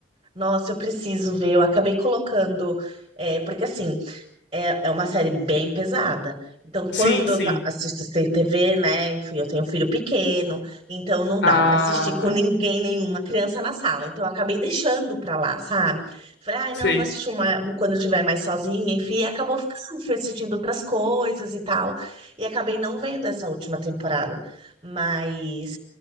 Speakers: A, on the right; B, on the left.
A: nossa, eu preciso ver. Eu acabei colocando. é, porque assim, É, é uma série bem pesada. Então, quando
B: Sim, sim.
A: eu ta- assisto sem TV, né? Enfim, eu tenho filho pequeno, então não
B: Ah,
A: dá pra assistir com ninguém, nenhuma criança na sala. Então, eu acabei deixando pra lá, sabe? Falei, ai,
B: sei.
A: não, eu vou assistir uma quando eu estiver mais sozinha, enfim, e acabou ficando, fui assistindo outras coisas e tal. E acabei não vendo essa última temporada. Mas